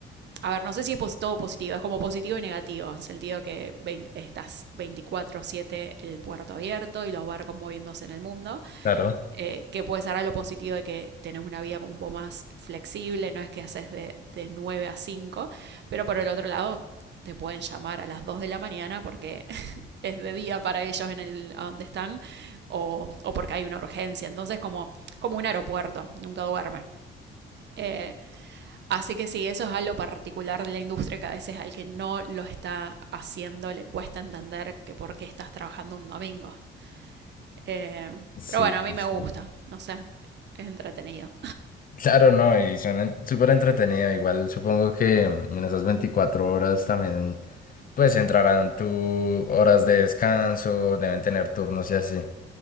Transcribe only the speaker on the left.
Claro,
sí,
sí.
sí.
Claro, no, y suena en- súper entretenido, igual supongo que mm, en esas 24 horas también, pues entrarán tus horas de descanso, deben tener turnos y así.